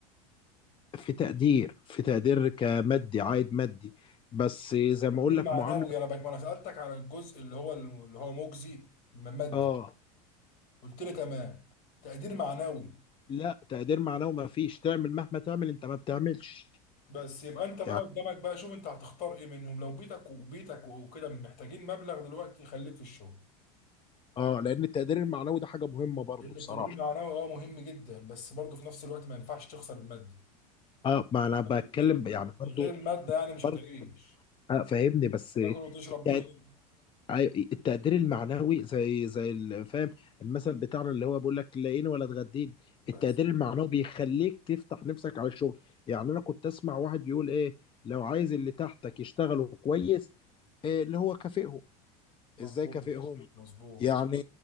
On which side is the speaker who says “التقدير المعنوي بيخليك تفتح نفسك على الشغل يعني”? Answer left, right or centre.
Left